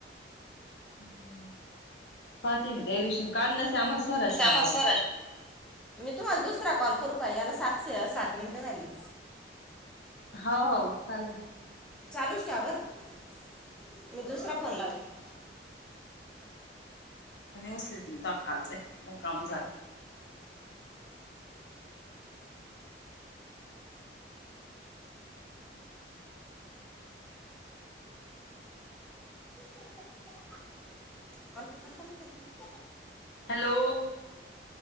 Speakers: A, on the left (about 75°); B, in the centre.
A: हम्म पाहते मी त्या दिवशी काढनस आम्हाला स्वराच्या
B: सामान
A: नावावर
B: स्वराष्ट्र मी तुम्हाला दुसरा कॉल करू का याला सात सात मिनट झाली
A: हो हो चालेल
B: चालूच ठेवा बरं मी दुसरा फोन लावते
A: उचलीत मी तवा कालचा ये मग काम झाल
B: <unintelligible>
A: हॅलो